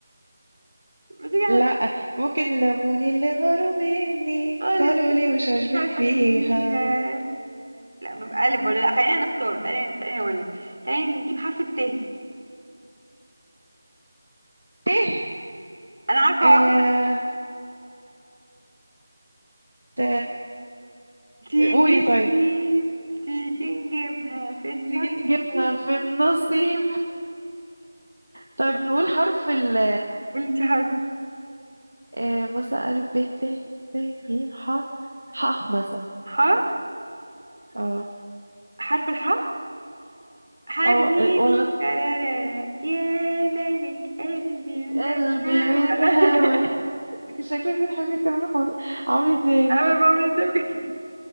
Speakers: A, on the right; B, on the right.
A: ما تيجي
B: لا
A: احنا
B: ممكن لموني اللي غاروا مني
A: قالوا
B: قالوا
A: لي
B: لي مش عاجبك
A: مش عاجبك
B: فيها
A: فيها لا بيبقى الف ولا لا خلينا نختار تعالي تعالي اقول لك تعالي نجيب حرف الت
B: تيه
A: انا عارفه
B: آه
A: واحد
B: ت...
A: تيجي
B: قولي طيب
A: نسيب تيجي نجيبها في النصيب
B: تيجي نجيبها في النصيب طيب نقول حرف ال
A: قولي انت حرف
B: آه مثلا ألف ب ت ت ج ح ح مثلا
A: ح
B: اه
A: حرف الح حبيبي
B: اه ولا
A: سرارة يا ملك قلبي لا
B: قلبي من
A: ولا
B: هوا
A: <laughs>
B: <laughs> إنت شكلك بتحبي تامر حسني عمرو دياب
A: انا بعمل ده بجد